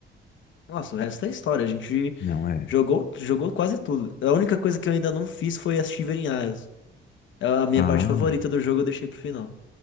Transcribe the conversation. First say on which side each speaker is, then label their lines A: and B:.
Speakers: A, on the left; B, on the left.
A: Nossa, o resto é história. A gente
B: Não é...
A: jogou, jogou quase tudo. A única coisa que eu ainda não fiz foi as Shivering Isles. É a minha
B: Ah...
A: parte favorita do jogo, eu deixei pro final.